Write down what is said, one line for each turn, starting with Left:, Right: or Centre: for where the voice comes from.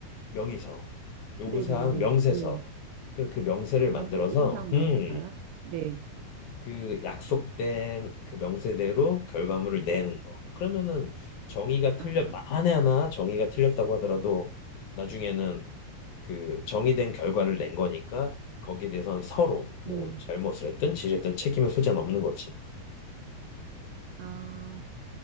Left: 명의서, 요구사항
Right: 네네네.
Left: 명세서.
Right: 네.
Left: 그래서 그 명세를
Right: 명세,
Left: 만들어서
Right: 요구사항
Left: 음,
Right: 명세서요? 네.
Left: 그 약속된 그 명세대로 결과물을 내는 거. 그러면은 정의가 틀렸
Right: 아,
Left: 만에
Right: 아,
Left: 하나 정의가 틀렸다고 하더라도 나중에는 그 정의된 결과를 낸 거니까 거기에 대해서는 서로 뭐
Right: 네.
Left: 잘못을 했든 지했든 책임의 소재는 없는 거지. 음,
Right: 아,